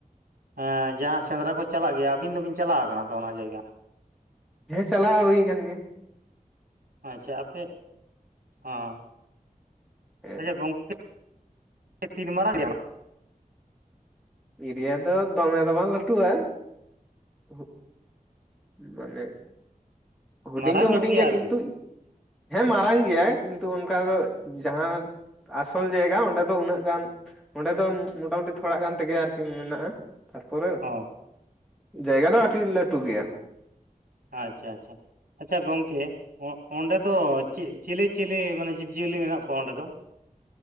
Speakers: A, on the right; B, in the centre.
A: ᱻᱦᱮᱸ ᱡᱟᱦᱟᱸ ᱥᱮᱸᱫᱽᱨᱟ ᱠᱚ ᱪᱟᱞᱟᱜ ᱜᱮᱭᱟ, ᱟᱹᱵᱤᱱ ᱫᱚᱵᱤᱱ ᱪᱟᱞᱟᱣ ᱟᱠᱟᱱᱟ ᱛᱚ ᱚᱱᱟ ᱡᱟᱭᱜᱟ?
B: ᱦᱮᱸ ᱪᱟᱞᱟᱣ ᱦᱩᱭ ᱟᱠᱟᱱ ᱜᱮᱭᱟ ᱾
A: ᱟᱪᱪᱷᱟ ᱟᱯᱮᱜ, ᱦᱚᱸ
B: ᱦᱮᱸ
A: ᱟᱪᱪᱷᱟ ᱜᱚᱝ ᱦᱤᱛ ᱛᱤᱱ ᱢᱟᱨᱟᱝ ᱭᱟᱱᱟ᱾
B: ᱤᱨᱤᱭᱟ. ᱫᱚ ᱫᱚᱢᱮ ᱫᱚ ᱵᱟᱝ ᱞᱟᱹᱴᱩᱣᱟ ᱦᱩᱸᱜ ᱢᱟᱱᱮ ᱦᱩᱰᱤᱧ
A: ᱢᱟᱨᱟᱝ
B: ᱫᱚ
A: ᱧᱚᱜ
B: ᱦᱩᱰᱤᱧ ᱜᱮᱭᱟ
A: ᱟᱨᱠᱤ
B: ᱠᱤᱱᱛᱩᱡ ᱦᱮᱸ ᱢᱟᱨᱟᱝ ᱜᱮᱭᱟᱭ, ᱠᱤᱱᱛᱩ ᱚᱱᱠᱟ ᱫᱚ ᱡᱟᱦᱟᱸ ᱟᱥᱚᱞ ᱡᱟᱭᱜᱟ ᱚᱸᱰᱮ ᱫᱚ ᱩᱱᱟᱹᱜ ᱜᱟᱱ ᱚᱸᱰᱮ ᱫᱚ ᱢᱚᱴᱟᱢᱩᱴᱤ ᱛᱷᱚᱲᱟᱜ ᱜᱟᱱ ᱛᱮᱜᱮ ᱟᱨᱠᱤ ᱢᱮᱱᱟᱜᱼᱟ, ᱛᱟᱨᱯᱚᱨᱮ
A: ᱦᱳᱭ
B: ᱡᱟᱭᱜᱟ ᱫᱚ ᱟᱹᱴᱤ ᱞᱟᱹᱴᱩ ᱜᱮᱭᱟ
A: ᱟᱪᱪᱷᱟ ᱟᱪᱪᱷᱟ, ᱟᱪᱪᱷᱟ? ᱜᱚᱝᱠᱮ ᱚᱸᱰᱮ ᱫᱚ ᱪᱮᱫ, ᱪᱮᱞᱮ ᱪᱤᱞᱮ ᱢᱟᱱᱮ ᱡᱤᱵᱽᱡᱤᱭᱟᱹᱞᱤ ᱢᱮᱱᱟᱜ ᱠᱚᱣᱟ ᱚᱸᱰᱮ ᱫᱚ?